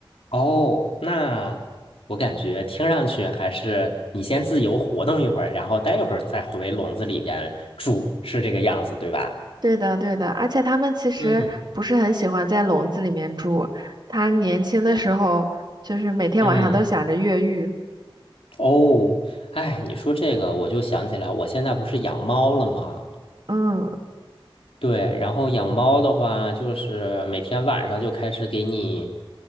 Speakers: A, on the left (about 80°); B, on the right (about 50°).
A: 哦，那我感觉听上去还是你先自由活动一会儿，然后待一会儿再回笼子里边住，是这个样子，对吧？
B: 对的，对的，而且它们其实不是很喜欢在笼子里面住，
A: 嗯
B: 它年轻的时候就是每天晚上都想着越狱。
A: 嗯，哦，哎，你说这个我就想起来，我现在不是养猫了吗？
B: 嗯，
A: 对，然后养猫的话，就是每天晚上就开始给你